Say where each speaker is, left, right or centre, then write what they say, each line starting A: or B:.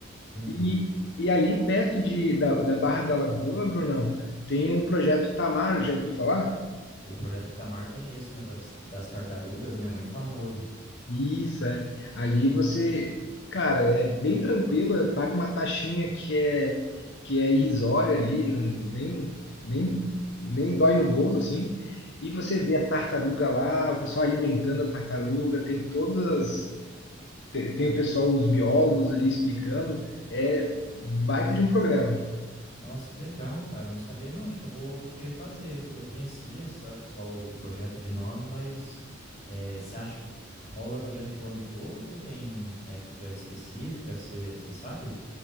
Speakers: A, on the left (about 35°); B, on the left (about 60°).
A: Entendi.
B: E, e ali perto de, da, da Barra da Lagoa, Brunão, tem um projeto Tamar, já ouviu falar?
A: O projeto Itamar conheço, né, das, das tartarugas, né, muito famoso.
B: Isso, é. Ali você, cara, é bem tranquilo, é, paga uma taxinha que é que é irrisória ali, não- nem nem nem dói no bolso assim. E você vê a tartaruga lá, o pessoal alimentando a tartaruga, tem todas te- tem, o pessoal, os biólogos ali explicando, é baita de um programa.
A: Nossa, que legal, cara. Eu não sabia, não. Acho que eu vou, vou querer fazer. Eu conhecia só, só o projeto de nome, mas eh, você acha que, que rola durante o ano todo ou tem época específica? Você você sabe?